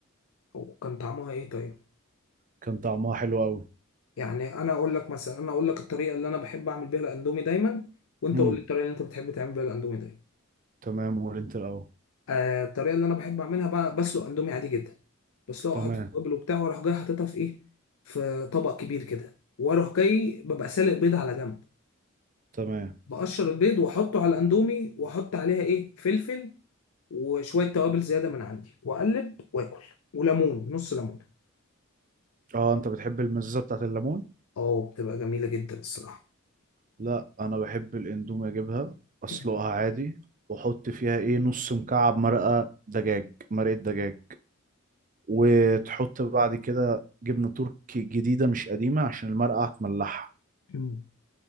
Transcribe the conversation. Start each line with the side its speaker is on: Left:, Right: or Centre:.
Left: وكان طعمها ايه طيب
Right: كان طعمها حلو قوي
Left: يعني انا اقول لك مثلا انا اقول لك الطريقه اللي انا بحب اعمل بيها الاندومي دايما وانت
Right: امم
Left: قول لي الطريقه اللي انت بتحب تعمل بيها الاندومي دايما
Right: تمام قول انت الاول
Left: آه الطريقه اللي انا بحب اعملها بقى بسلق اندومي عادي جدا بسلقه
Right: تمام
Left: احط توابل وبتاع واروح جاي حاططها في ايه في طبق كبير كده واروح جاي ببقى سالق بيض على جنب
Right: تمام
Left: بقشر البيض واحطه على الاندومي واحط عليها ايه فلفل وشويه توابل زياده من عندي واقلب واكل وليمون نص ليمونه
Right: اه انت بتحب المزازة بتاعت الليمون
Left: اه بتبقى جميله جدا الصراحه
Right: لا انا بحب الاندومي اجيبها اسلقها
Left: <laughs>
Right: عادي واحط فيها ايه نص مكعب مرقة دجاج مرقة دجاج وتحط بعد كده جبنة تركي جديدة مش قديمة عشان المرقة هتملحها
Left: مم.